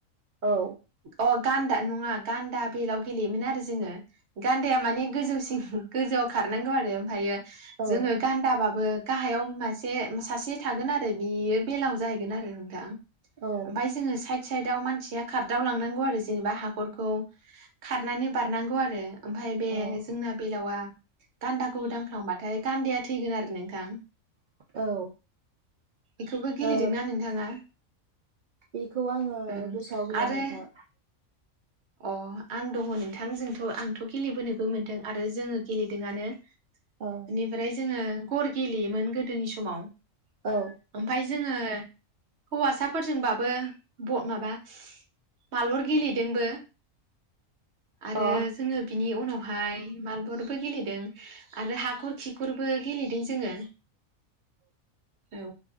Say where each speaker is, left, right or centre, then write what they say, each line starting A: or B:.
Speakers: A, on the right; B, on the right.
A: औ
B: अ गान्दा नङा गान्दा बेलाव गेलेयोमोन आरो जोङो गान्दाया मानि गोजौसिन गोजौआव खारनांगौ आरो ओमफ्रायो
A: औ
B: जोङो गान्दाबाबो गाहायाव मासे सासे थागोन आरो नाथाय बियो बेलायाव जाहैगोन आरो नोंथां।
A: औ
B: ओमफ्राय जोङो साइ साइदाव मानसिया खारदाव लांनांगौ आरो जेनेबा हाखरखौ खारनानै बारनांगौ आरो ओमफ्राय बे
A: औ
B: दलावआ गान्दाखौ दांफ्लांबा नाथाय गान्दाया थैगोन आरो नोंथां <inaudible>
A: औ
B: बेखौबो गेलेदोंना
A: ओ
B: नोंथाङा
A: बेखौ आङो
B: ओं
A: गोसोआव गैया
B: आरो
A: नोंथां
B: अ आं दङ नोंथां जोंथ' आंथ' गेलेबोनोबो मोनदों आरो जोङो गेलेदोंआनो बिनिफ्राय
A: औ
B: जोङो गर गेलेयोमोन गोदोनि समाव
A: औ
B: ओमफाय जोङो हौवासाफोरजोंबाबो माबा मालबर गेलेदोंबो। आरो
A: अ
B: जोङो बिनि उनावहाय मारबलबो गेलेदों आरो हाखर खि खिफोरबो गेलेदों जोङो औ